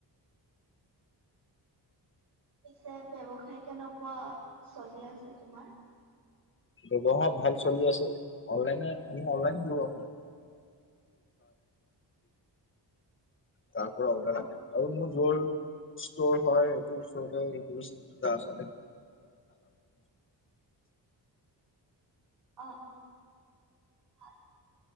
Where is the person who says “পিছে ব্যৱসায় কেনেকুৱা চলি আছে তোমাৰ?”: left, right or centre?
Right